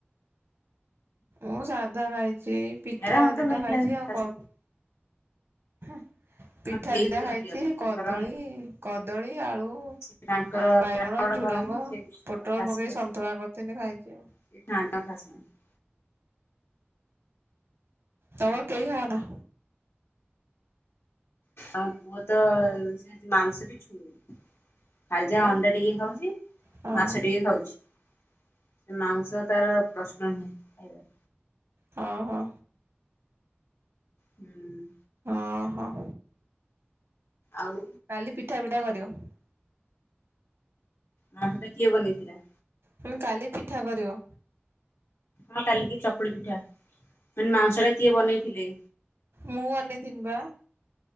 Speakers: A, on the right; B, on the left.
A: ମୁଁ ସାଧା ଖାଇଛି ସେଇ ପିଠା
B: ଏରା ମତେ
A: ଦିଟା
B: ଭଲ
A: ଖାଇଛି
B: ଲାଗେନି
A: ଆଉ
B: ଖାସି
A: କଣ ହ ପିଠା
B: ଆମ ଦେଇଙ୍କର
A: ଦିଟା ଖାଇଛି
B: ପ୍ରିୟ ତାଙ୍କର
A: କଦଳୀ କଦଳୀ ଆଳୁ
B: ସେ ତାଙ୍କର
A: ଆଉ ବାଇଗଣ
B: ଝାଡ଼ା ବଡ଼
A: ଝୁଡଙ୍ଗ
B: କରନ୍ତି ସେ ତାଙ୍କର
A: ପୋଟଳ
B: ଖାସି
A: ପକେଇ
B: ଫାସି
A: ସନ୍ତୁଳା କରିଥିନି ଖାଇଛି ଆଉ।
B: ସେ ଖାଆନ୍ତି ତାଙ୍କ ଖାସି ମାଂସ
A: ତମର କେହି ଖାଅନା?
B: ଆ ପୁଅ ତ ସେ ମାଂସ ବି ଛୁଏଁନି । ଖାଲି ଯାହା
A: ଆଁ
B: ଅଣ୍ଡା ଟିକେ ଖାଉଛି
A: ହଁ
B: ମାଛ ଟିକେ ଖାଉଛି। ମାଂସ ତାର ପ୍ରଶ୍ନ ନୁହେଁ ଖାଇବାର
A: ହଁ ହଁ।
B: ହୁଁ
A: ଓହୋ।
B: ଆଉ
A: କାଲି ପିଠା ପିଠା କରିବ ।
B: ନା ସେଟା କିଏ ବନେଇଥିଲା?
A: ତମେ କାଲି ପିଠା କରିବ।
B: ହଁ କାଲିକି ଚକୁଳି ପିଠା ମାନେ ମାଂସ ଟା କିଏ ବନେଇଥିଲେ?
A: ମୁଁ ବନେଇଥିନି ବା ।